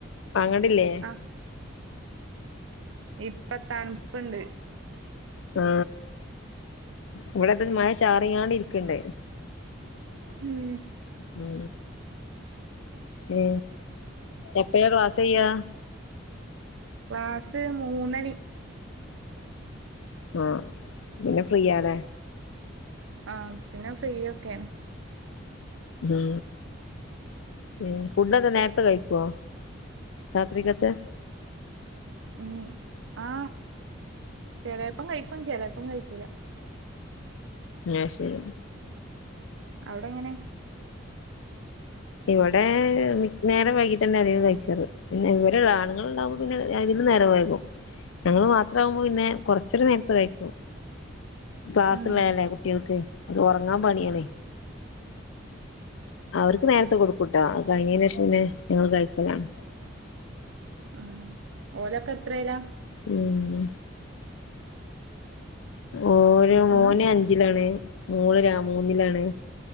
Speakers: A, on the left (about 85°); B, on the right (about 75°).
A: വാങ്ങണ്ടില്ലേ?
B: ആഹ് ഇപ്പ തണുപ്പ്ണ്ട്.
A: ആ ഇവട ഇപ്പം മഴ ചാറിയാണ്ട് ഇരിക്കണ്ടേ.
B: മ്
A: മ് ഏ എപ്പഴ ക്ലാസ് കഴിയ?
B: ക്ലാസ് മൂന്നണി.
A: ആ പിന്നെ ഫ്രീയാലേ?
B: ആ പിന്നെ ഫ്രീ ഒക്കെയാണ്.
A: മ് മ് ഫുഡോക്കെ നേരത്തെ കഴിക്കുവോ രാത്രിക്കത്തെ?
B: മ് ആ ചെലേപ്പം കഴിക്കും, ചിലേപ്പം കഴിക്കൂല.
A: ആ ശെരി.
B: അവിടെങ്ങനെ?
A: ഇവിടെ നേരെ വൈകിട്ടന്നെ അധികം കഴിക്കാറ് പിന്നെ ഇവരെ ആണുങ്ങൾ ഉണ്ടാവുമ്പോ പിന്നെ അ നേരം വൈകും ഞങ്ങള്ൾ മാത്രം ആകുമ്പോ പിന്നെ കൊറച്ചൊക്കെ നേരത്തെ കഴിക്കും ക്ലാസ്സ്‌ളല്ലേ
B: ഉം
A: കുട്ട്യേൽക്ക് അത് ഉറങ്ങാൻ പണിയണേ അവർക്ക് നേരത്തെ കൊടുക്കൂട്ടോ കഴിഞ്ഞതിന് ശേഷംന്നെ ഞങ്ങള് കഴിക്കലാണ് <inaudible>
B: ഉം ഓലൊക്കെ എത്രേലാ
A: മ്മ് ഓ മോന്
B: ഉം
A: അഞ്ചിലാണ് മോള് മൂന്നിലാണ്